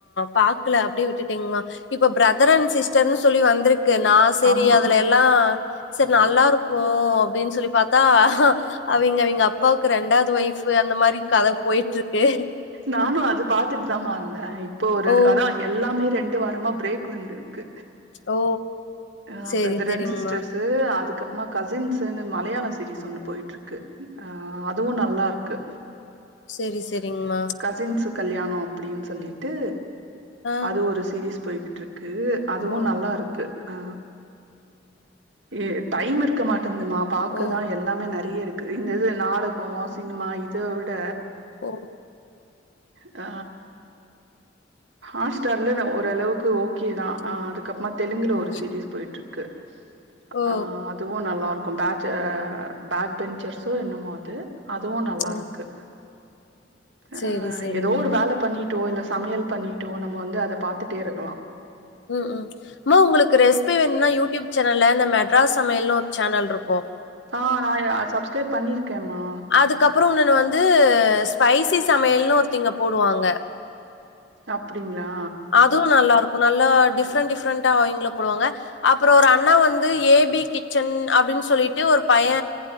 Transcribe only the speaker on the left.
பாக்ல அப்டியே விட்டுட்டேங்கம்மா இப்ப ப்ரதர் அண்ட் சிஸ்டர்ன்னு சொல்லி வந்திருக்கு நா சேரி
அதுலெல்லா செரி நல்லாருக்கு அப்டின் சொல்லி பாத்தா அவங்கெ அவிங்க அப்பாவுக்கு ரெண்டாவ்து ஒய்ஃப் பு அந்த மாரி கத போயிட்டு இருக்கு
ஓ
ஓ
சேரி
சேரிங்மா
செரி செரிங்மா
ஆ
ஓ
ஓ
ஓ
சேரி
ஓ
ஓ
ஓ
சேரி சேரிங்மா
ம் ம் அம்மா உங்களுக்கு ரெசிபி வேணும்னா யூடியூப் சேனல்ல இந்த மெட்ராஸ் சமையல்னு ஒரு சேனல் இருக்கு
அதுக்கப்பற உன்னொன்னு வந்து ஸ்பைசி சமையல்னு ஒருத்திங்க போடுவாங்க
அதுவு நல்லா இருக்கு நல்லா டிஃப்ரெண்ட் டிஃப்ரெண்ட்டா அவங்கெளு போடுவாங்க அப்பற ஒரு அண்ணா வந்து ஏ பி கிச்சன் அப்டின் சொல்லிட்டு ஒரு பைய